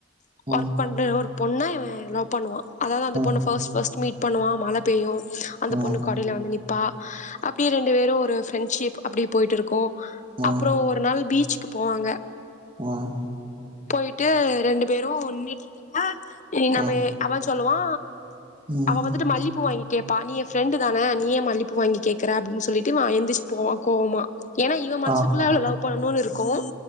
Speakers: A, on the right (about 25°); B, on the left (about 40°).
A: ம் ம்
B: ஒர்க் பண்ற ஒரு பொண்ண இவ லவ் பண்ணுவா. அதாது அந்த
A: ம்
B: பொண்ண பஸ்ட் பஸ்ட் மீட் பண்ணுவா மழ பெய்யு. அந்த
A: ம்
B: பொண்ணு கொடைல வந்து நிப்பா. அப்டியே ரெண்டு வேரு ஒரு ப்ரெண்ட்ஷிப் அப்டி போய்ட்டீருக்கு
A: ம்
B: அப்புறோ ஒரு நாள் பீச்சக்கு போவாங்க.
A: ம்
B: போயிட்டு ரெண்டு பேரு நின்ட்டு இருப்ப
A: ம்
B: நம்ம அவ சொல்லுவா.
A: ம்
B: அவ வந்துட்டு மல்லிப்பூ வாங்கி கேப்பா. நீ என் ப்ரெண்டு தான நீயே மல்லிப் பூ வாங்கி கேட்கற அப்டினு சொல்லிட்டு இவ எந்திரிச்சு போவா கோவமா ஏனா இவ மனசக்குள்ள
A: ஆ
B: அவ்ள லவ் பண்ணும்னு இருக்கும்